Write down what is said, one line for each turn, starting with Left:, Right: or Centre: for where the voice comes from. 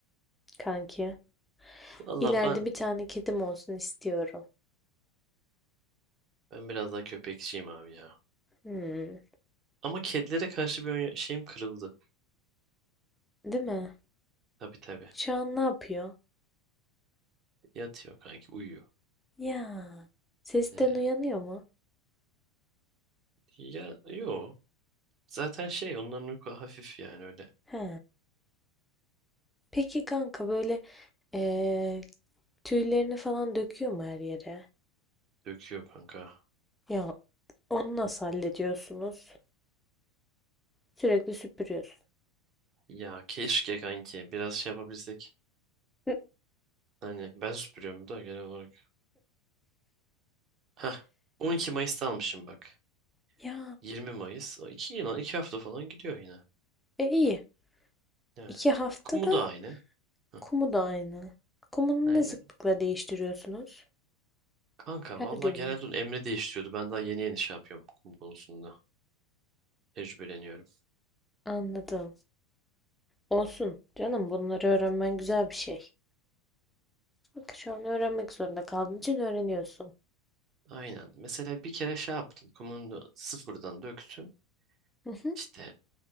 Centre: kanki.
Right: Valla
Centre: İleride
Right: ben
Centre: bir tane kedim olsun istiyorum.
Right: ben biraz daha köpekçiyim abi ya.
Centre: Hmm,
Right: Ama kedilere karşı bir ön- şeyim kırıldı.
Centre: değil mi?
Right: Tabii tabii.
Centre: Şu an ne yapıyor?
Right: Yatıyor kanki uyuyor.
Centre: Ya, sesten
Right: Ee,
Centre: uyanıyor mu?
Right: ya yo. Zaten şey onların uyku hafif yani öyle.
Centre: He. Peki kanka böyle Ee, tüylerini falan döküyor mu her yere?
Right: Döküyor kanka.
Centre: Ya onu nasıl hallediyorsunuz? Sürekli süpürüyorsun.
Right: Ya keşke kanki biraz şey yapabilsek.
Centre: Hı,
Right: Hani ben süpürüyorum da genel olarak. Heh 12 Mayıs'ta almışım bak.
Centre: Ya
Right: 20 Mayıs. O 2 yıl, 2 hafta falan gidiyor yine.
Centre: e iyi.
Right: Evet.
Centre: İki haftada
Right: Kumu da aynı. Heh,
Centre: kumu da aynı. Kumunu
Right: aynen.
Centre: ne sıklıkla değiştiriyorsunuz?
Right: Kanka
Centre: Her
Right: valla
Centre: gün
Right: genelde
Centre: mü?
Right: onun Emre değiştiriyordu. Ben daha yeni yeni şey yapıyorum kum konusunda. Tecrübeleniyorum.
Centre: Anladım. Olsun canım bunları öğrenmen güzel bir şey. Bak şu an öğrenmek zorunda kaldığın için öğreniyorsun.
Right: Aynen. Mesela bir kere şey yaptım. Kumunu sıfırdan döktüm.
Centre: Hı hı,
Right: İşte